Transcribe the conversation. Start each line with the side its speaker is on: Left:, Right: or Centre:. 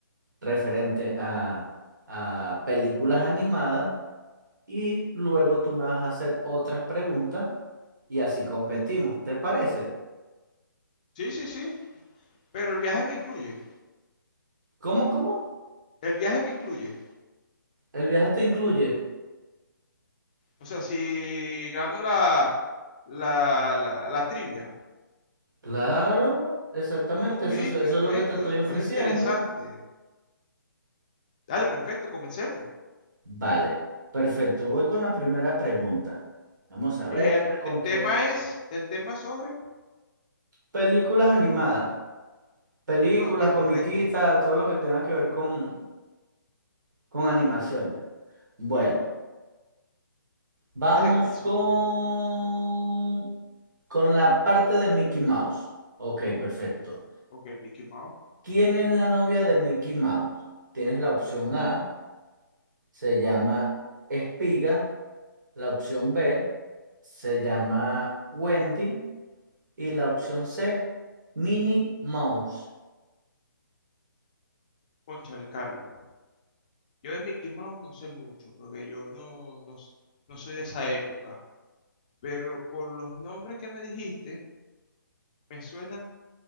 Right: referente a, a películas animadas y luego tú me vas a hacer otras preguntas y así competimos. ¿Te parece?
Left: Sí, sí, sí, pero el viaje me incluye.
Right: ¿Cómo, cómo?
Left: El viaje me incluye.
Right: ¿El viaje te incluye?
Left: O sea, si gano la, la, la, la trivia.
Right: Claro, exactamente.
Left: Ok,
Right: Eso, es- eso
Left: perfecto,
Right: es lo que te estoy ofreciendo.
Left: es interesante. Dale, perfecto, comencemos.
Right: Vale, perfecto. Voy con la primera pregunta. Vamos a
Left: El,
Right: ver con
Left: el
Right: qué
Left: tema es, el tema es sobre.
Right: películas animadas. películas,
Left: No, ok, perfecto.
Right: comiquitas, todo lo que tenga que ver con, con animaciones. Bueno, vamos
Left: Dale, comienzo.
Right: con, con la parte de Mickey Mouse. Ok, perfecto.
Left: Ok, Mickey Mouse.
Right: ¿Quién es la novia de Mickey Mouse? Tienes la opción A, se llama Espiga, la opción B, se llama Wendy y la opción C, Minnie Mouse.
Left: Cónchale, Carlos. Yo de Mickey Mouse no sé mucho, porque yo no, no, s- no soy de esa época. Pero por los nombres que me dijiste, me suena